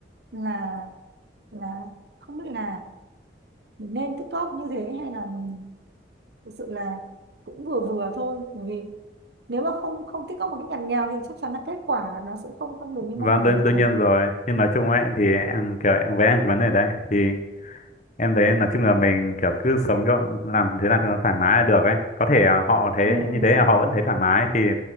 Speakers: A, on the right (about 65°); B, on the left (about 40°).
A: là là không biết là mình nên tích cóp như thế hay là mình thực sự là cũng vừa vừa thôi bởi vì nếu mà không không tích góp một cách ngặt nghèo thì chắc chắn là kết quả nó sẽ không không được như
B: vâng
A: mong muốn
B: đương,
A: rồi
B: đương nhiên rồi nhưng nói chung ấy thì em kiểu em với em cái vấn đề đấy thì em thấy nói chung là mình kiểu cứ sống cho làm thế nào cho nó thoải mái là được ấy có thể à, họ thế
A: ừ
B: như thế là họ vẫn thấy thoải mái thì